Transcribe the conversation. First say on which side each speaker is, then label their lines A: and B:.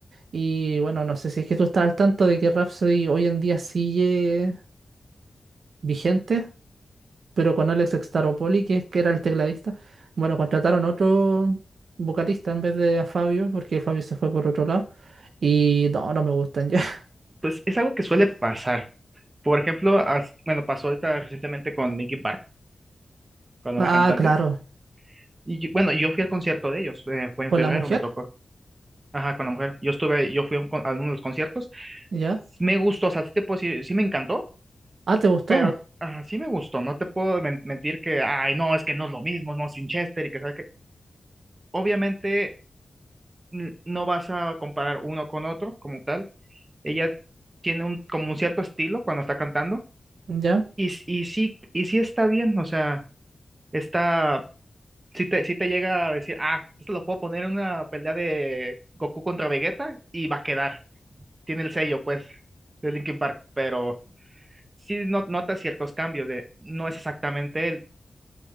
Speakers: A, on the right; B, on the right.
A: Y bueno, no sé si es que tú estás al tanto de que Rhapsody hoy en día sigue vigente, pero con Alex Staropoli, que es que era el tecladista, bueno, contrataron otro vocalista en vez de a Fabio, porque Fabio se fue por otro lado. Y no, no me gustan ya. <laughs>
B: pues es algo que suele pasar. Por ejemplo, as- bueno, pasó ahorita recientemente con Linkin Park, con la
A: Ah,
B: nueva cantante.
A: claro,
B: Y yo- bueno, yo fui al concierto de ellos, eh, fue en
A: con
B: febrero,
A: la mujer,
B: me tocó. Ajá, con la mujer. Yo estuve, yo fui a, un con- a uno de los conciertos.
A: ya.
B: Me gustó, o sea, sí te puedo decir, sí me encantó,
A: Ah, ¿te gustó?
B: pero ajá, sí me gustó. No te puedo men- mentir que, ay, no, es que no es lo mismo, no, sin Chester y que sabes que. Obviamente, n- no vas a comparar uno con otro como tal. Ella tiene un, como un cierto estilo cuando está cantando.
A: Ya,
B: Y, s- y sí, y sí está bien, o sea, está. si te, si te llega a decir, ah, esto lo puedo poner en una pelea de Goku contra Vegeta y va a quedar. Tiene el sello, pues, de Linkin Park, pero sí no- nota ciertos cambios de, no es exactamente él,